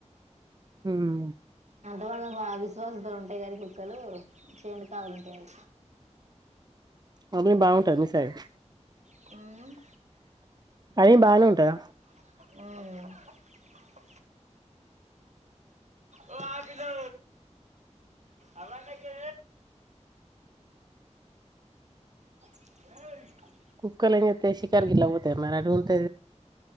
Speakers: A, on the right; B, on the right.
A: మ్మ్
B: క వా బా విశ్వాసత ఉంటాయి గారి మక్కలు చేని కావలు ఉంటావి
A: అ మీ బాగుంటది మీసయి
B: హమ్
A: బాగానే ఉంటందా
B: హమ్ ఓ ఆజలో అవాళ్లకే ఏ
A: కుూబ్ కాలని శికార గలాబతే మరాంటి ఉంటంట